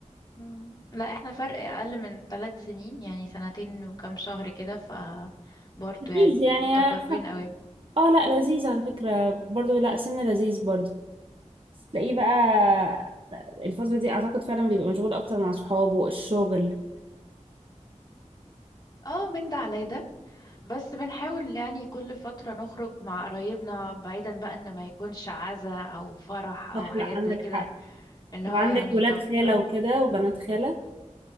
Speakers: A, on the left; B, on the right.
A: مم. لا احنا فرق اقل من ثلاث سنين يعني سنتين وكام شهر كده ف برضه
B: اكيد
A: يعني
B: يعني
A: متقاربين
B: آه،
A: قوي
B: اه لا لذيذ على فكرة برضو لا سنة لذيذ برضو تلاقيه بقى الفترة دي اعتقد فعلا بيبقى مشغول اكتر مع صحابه الشغل
A: اه من ده على ده بس بنحاول يعني كل فترة نخرج مع قرايبنا بعيدا بقى ان ما يكونش عزا او فرح او
B: صح
A: حاجات
B: لا عندك
A: زي كده
B: حق
A: اللي
B: لو
A: هو
B: عندك
A: يعني
B: ولاد
A: طب
B: خالة وكده وبنات خالة